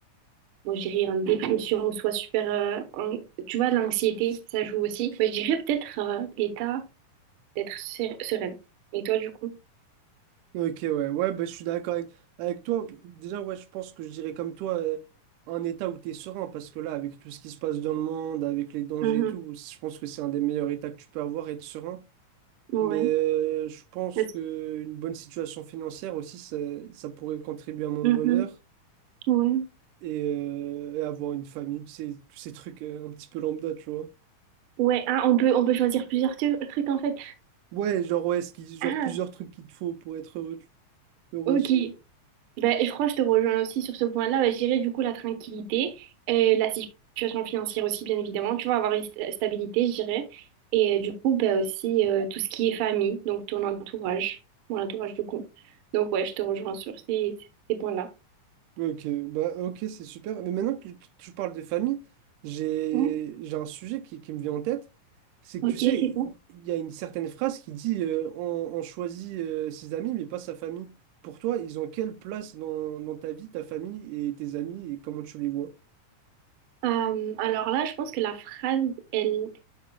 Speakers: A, on the right; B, on the right.
A: Moi, je dirais en dépression, soit super. euh, en- Tu vois, l'anxiété, ça joue aussi. Moi, je dirais peut-être euh, l'état d'être sé- sereine. Et toi, du coup?
B: Ok, ouais, ouais, bah, je suis d'accord avec, avec toi. Déjà, ouais, je pense que je dirais comme toi, euh, un état où t'es serein, parce que là, avec tout ce qui se passe dans le monde, avec les dangers
A: Mhm.
B: et tout, je pense que c'est un des meilleurs états que tu peux avoir, être serein.
A: Ouais.
B: Mais euh, je pense
A: Est-ce-
B: que une bonne situation financière aussi, ça, ça pourrait contribuer à mon
A: Mhm.
B: bonheur
A: Ouais.
B: et, euh, et avoir une famille, tu sais, tous ces trucs euh, un petit peu lambda, tu vois.
A: Ouais, hein, on peut, on peut choisir plusieurs tu- trucs en fait.
B: Ouais, genre, ouais, ce qui, genre
A: Ah,
B: plusieurs trucs qu'il te faut pour être heureux, heureuse.
A: ok. Ben, je crois que je te rejoins aussi sur ce point-là. Ben, je dirais du coup la tranquillité, et la situation financière aussi, bien évidemment. Tu vois, avoir une sta- stabilité, je dirais. Et euh, du coup, ben, aussi euh, tout ce qui est famille, donc ton entourage, mon entourage du coup. Donc ouais, je te rejoins sur ces, ces points-là.
B: Ouais, Ok, bah, ok, c'est super. Mais maintenant que tu tu parles de famille, j'ai
A: Ouais,
B: j'ai un sujet qui, qui me vient en tête. C'est
A: ok,
B: que tu sais,
A: c'est bon.
B: il y a une certaine phrase qui dit euh, on, on choisit euh, ses amis, mais pas sa famille. Pour toi, ils ont quelle place dans, dans ta vie, ta famille et tes amis et comment tu les vois?
A: Euh, alors là, je pense que la phrase, elle,